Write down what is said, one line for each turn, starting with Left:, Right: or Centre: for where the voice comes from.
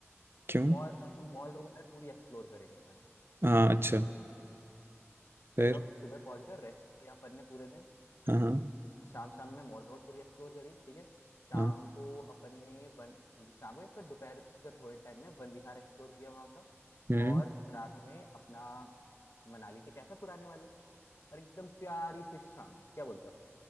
Right: क्यों
Left: मॉल अ, मॉल रोड है पूरी एक्सप्लोर करेंगे अपन
Right: हाँ अच्छा फिर
Left: मतलब सुबह पहुंच कर रेस्ट किया अपन ने पूरे दिन
Right: हाँ हाँ
Left: शाम शाम में मॉल रोड पूरी एक्सप्लोर करी ठीक है शाम
Right: हाँ
Left: को अपन ने वन ये शाम को या फिर दोपहर के थोड़े टाइम में वन विहार एक्सप्लोर किया वहाँ का
Right: हम्म
Left: और रात में अपना मनाली के कैफे पुराने वाले और एकदम प्यारी सी शाम क्या बोलते हो